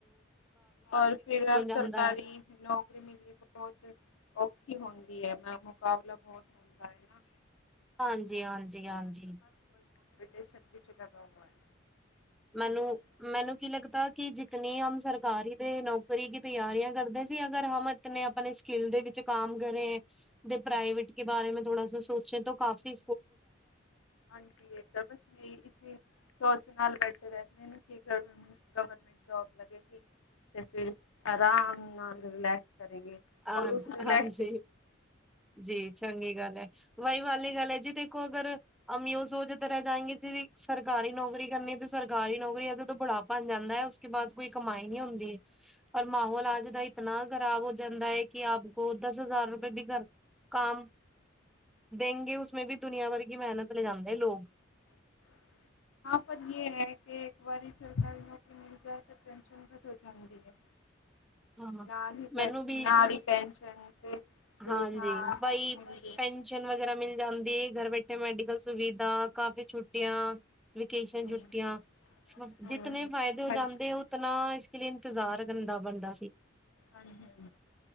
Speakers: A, on the left; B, in the centre.
A: ਗ ਫਿਰ ਸਰਕਾਰੀ
B: ਜਾਂਦਾ ਹੈ
A: ਨੌਕਰੀ ਮਿਲ ਬਹੁਤ ਔਖੀ ਹੁੰਦੀ ਹੈ ਮੈਂ ਮੁਕਾਬਲਾ ਬਹੁਤ ਹੁੰਦਾ ਹੈ ਨਾਂ।
B: ਹਾਂਜੀ ਹਾਂਜੀ ਹਾਂਜੀ।
A: ਸਟੇਸ਼ਨ ਵਿੱਚ ਲਗਾ ਹਆ ਹੈ।
B: ਮੈਨੂੰ
A: ਹਾਂਜੀ
B: ਮੈਨੂੰ। ਕੀ ਲੱਗਦਾ ਕਿ ਜਿਨੀ ਆਮ ਸਰਕਾਰੀ ਦੇ ਨੌਕਰੀ ਰੀ ਕੀ ਤਿਆਰੀਆਂ ਕਰਦੇ ਸੀ ਅਗਰ ਹਮ ਇਤੇ ਆਪਣੇ ਸਕਿੱਲ ਦੇ ਵਿੱਚ ਕੰਮ ਕਰੇ ਤੇ ਪ੍ਰਾਈਵੇਟ ਕੇ ਬਾਰੇ ਮੈਂ ਥੋੜਾ ਸੋਚਣ ਤੋਂ ਕਾਫੀ
A: ਹਾਂਜੀ ਇਹ ਤਾਂ ਬਸ ਇਹੀ ਇਸ ਸੋ ਨਾਲ ਬੈਠੇ ਰਹਿੰਦੇ ਨੇ ਕਿ ਗਵਰਮੈਂਟ ਜੋਬ ਲਗੇਗੀ ਤੇ ਫਿਰ ਆਰਾਮ ਨਾਲ ਰਿਲੈਕਸ ਕਰੇਗੇ
B: ਹਾਂਜੀ
A: ਔਰ ਉਸ ਰਿਲੈਕਸ
B: ਹਾਂਜੀ। ਜੀ ਚੰਗੀ ਗੱਲ ਹੈ ਵਾਹੀ ਵਾਲੀ ਗੱਲ ਹੈ ਜੀ ਦੇਖੋ ਅਗਰ ਅਮਿਓ ਸੋਜ ਤਰ੍ਹਾਂ ਜਾਏਗੇ ਜ ਸਰਕਾਰੀ ਨੌਕਰੀ ਕਰਨੀ ਤੇ ਸਰਕਾਰੀ ਨੌਕਰੀ ਅੱਜ ਤੋਂ ਬੁੜਾ ਭਣ ਜਾਂਦਾ ਹੈ ਉਸਕੇ ਬਾਅਦ ਕੋਈ ਕਮਾਈ ਨੀ ਹੁੰਦੀ ਹੈ ਪਰ ਮਾਹੌਲ ਅੱਜ ਦਾ ਇਤਨਾ ਖ਼ਰਾਬ ਜਾਂਦਾ ਹੈ ਕਿ ਆਪ ਕੋ ਦਸ ਹਜ਼ਾਰ ਰੁਪਏ ਵੀ ਕਰ ਕਮ ਦਗੇ ਉਸਮੇ ਵੀ ਦੁਨੀਆਂ ਭਰ ਕੀ ਮਿਹਨਤ ਲੈ ਜਾਂਦਾ ਹੈ ਲੋਕ
A: ਪਰ ਇਹ ਹੈ ਕਿ ਇੱਕ ਵਾਰੀ ਸਰਕਾਰੀ ਨੌਕਰੀ ਮਿਲ ਜਾਏ ਤਾਂ ਪੈਂਸ਼ਨ ਘੱਟ ਹੋ ਜਾਂਦੀ ਹੈ।
B: ਹਾਂ
A: ਨਾਲ ਹੀ ਪੈ
B: ਮੈਨੂੰ ਵੀ
A: ਨਾਲ ਹੀ ਪੈਨਸ਼ਨ ਤੇ ਸੁਵਿਧਾ
B: ਹਾਂਜੀ ਬਾਈ
A: ਮਿਲਦੀਆਂ।
B: ਪੈਨਸ਼ਨ ਵਗੈਰਾ ਮਿਲ ਜਾਂਦੀ ਹੈ। ਧਰ ਬੈਠੇ ਮੈਡੀਕਲ ਸੁਵਿਧਾ ਕਾਫੀ ਛੁੱਟੀਆਂ ਵੇਕੇਸ਼ਨ
A: ਹੂੰ-ਹੂੰ,
B: ਛੁੱਟੀਆਂ ਜਿਤਨ ਫਾਇਦੇ ਹੋ
A: ਹਾਂਜੀ।
B: ਜਾਂਦੇ ਉਤਨਾ ਇੰਤਜ਼ਾਰ ਕਰਨ ਦਾ ਬਣਦਾ।
A: ਹਾਂਜੀ-ਹਾਂਜੀ,